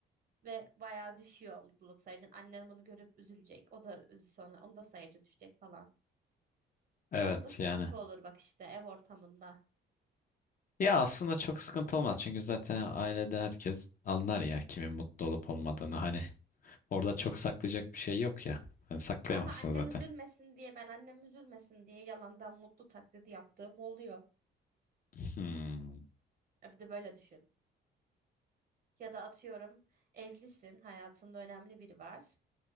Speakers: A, on the right; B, on the left.
A: Ve bayağı düşüyor mutluluk sayacın. Annen bunu görüp üzülecek. O da üz- sonra onu da sayacı düşecek falan.
B: Evet
A: Orada sıkıntı
B: yani.
A: olur bak işte ev ortamında.
B: Ya aslında çok sıkıntı olmaz çünkü zaten ailede herkes anlar ya kimin mutlu olup olmadığını. Hani orada çok saklayacak bir şey yok ya. Hani saklayamazsın
A: Ama annem
B: zaten.
A: üzülmesin diye ben annem üzülmesin diye yalandan mutlu taklidi yaptığım oluyor.
B: Hmm.
A: E bir de böyle düşün. Ya da atıyorum evlisin hayatında önemli biri var.